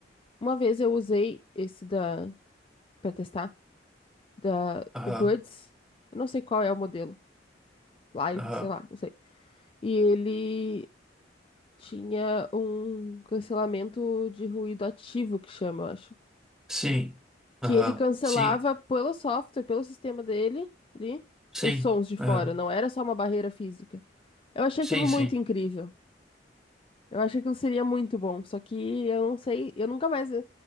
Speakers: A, on the left; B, in the centre.
A: Uma vez eu usei esse da, para testar, da,
B: Aham,
A: o Buds, eu não sei qual é o modelo, Live,
B: aham,
A: sei lá, não sei. E ele tinha um cancelamento de ruído ativo, que chama, eu acho.
B: sim,
A: Que
B: aham,
A: ele cancelava
B: sim,
A: pelo software, pelo sistema dele, ali,
B: sim,
A: os sons de fora,
B: aham,
A: não era só uma barreira física. Eu achei
B: sim,
A: aquilo
B: sim.
A: muito incrível. Eu acho que aquilo seria muito bom, só que eu não sei, eu nunca mais eh,